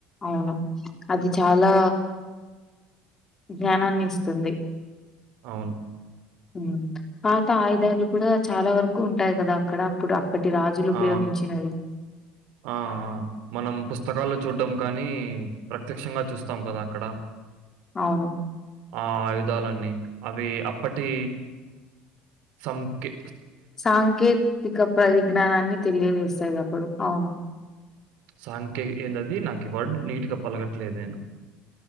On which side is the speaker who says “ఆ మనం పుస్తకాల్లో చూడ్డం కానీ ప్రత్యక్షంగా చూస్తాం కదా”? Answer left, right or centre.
Right